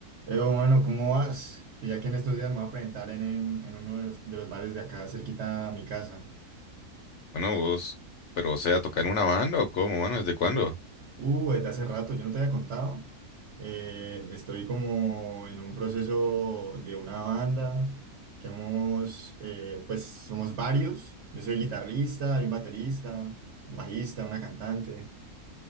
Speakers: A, on the right (about 55°); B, on the left (about 65°).
A: Evo, mano, ¿cómo vas? Pues Ya que en estos días me voy a presentar en, en, en uno de los, de los bares de acá, cerquita a mi casa.
B: Bueno, vos, pero o sea, ¿tocar en una banda o cómo, mano? ¿Desde cuándo?
A: Uh, desde hace rato, yo no te había contado. Eh, estoy como en un proceso de una banda que hemos, eh, pues somos varios. Yo soy el guitarrista, hay un baterista, un bajista, una cantante.